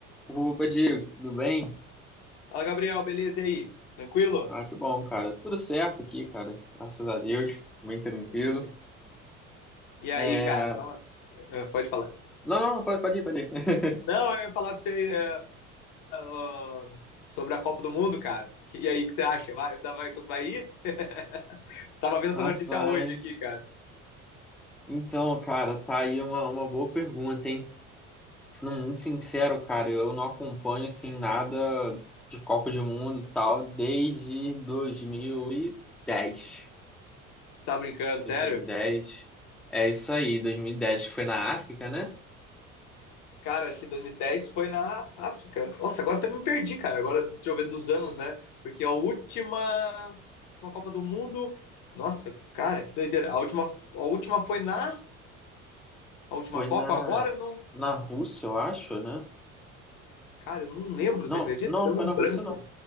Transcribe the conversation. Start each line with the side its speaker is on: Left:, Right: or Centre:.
Centre: Opa, Diego, tudo bem?
Left: Fala, Gabriel, beleza? E aí? Tranquilo?
Centre: Ah, que bom, cara. Tudo certo aqui, cara. Graças a Deus, bem tranquilo.
Left: Beleza. E aí,
Centre: É...
Left: cara? Tava... Ah, Pode falar.
Centre: Não, não, não, pode, pode ir, pode ir. <laughs>
Left: Não, eu ia falar pra você é, ah, sobre a Copa do Mundo, cara. Que- E aí, o que você acha? Vai, dá- vai com os Bahia? <laughs> Tava vendo essa
Centre: Rapaz.
Left: notícia hoje aqui, cara.
Centre: Então, cara, tá aí uma, uma boa pergunta, hein? Sendo muito sincero, cara, eu não acompanho, assim, nada de Copa do Mundo e tal desde 2010.
Left: Tá brincando, sério?
Centre: 2010. É isso aí, 2010, que foi na África, né?
Left: Cara, acho que 2010 foi na África. Nossa, agora até me perdi, cara. Agora, deixa eu ver dos anos, né? Porque a última, última Copa do Mundo. Nossa, cara, que doideira. A última, a última foi na. A última
Centre: Foi
Left: Copa
Centre: na,
Left: agora eu não,
Centre: na Rússia, eu acho, né?
Left: Cara, eu não lembro,
Centre: Não,
Left: você acredita?
Centre: não,
Left: Deu
Centre: não foi
Left: um
Centre: na
Left: branco.
Centre: Rússia, não.